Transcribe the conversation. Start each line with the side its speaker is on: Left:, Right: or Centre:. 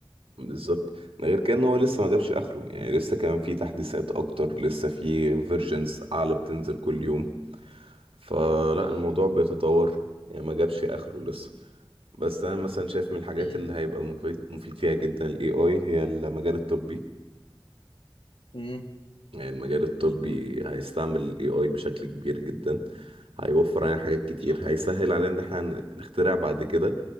Right: بالظبط ده غير كده ان هو لسه ما جابش اخره يعني لسه كمان في تحديثات اكتر لسه في فيرجنز اعلى بتنزل كل يوم فلا
Left: صح
Right: الموضوع بيتطور يعني ما جابش اخره لسه بس انا مثلا شايف من الحاجات
Left: عايز-
Right: اللي هيبقى مفيد مفيد فيها جدا الاي اي هي المجال الطبي
Left: مم.
Right: يعني المجال الطبي
Left: مظبوط
Right: هيستعمل ال AI بشكل كبير جدا هيوفر علينا حاجات كتير
Left: صح.
Right: هيسهل علينا ان احنا نخترع بعد كده